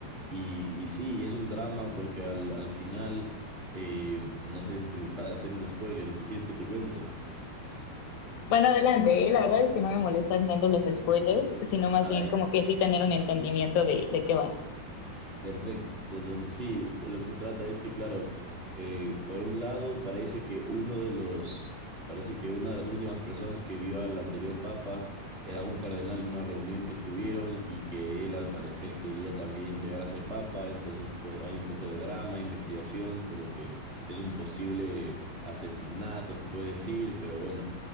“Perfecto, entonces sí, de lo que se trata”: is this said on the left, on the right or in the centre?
Right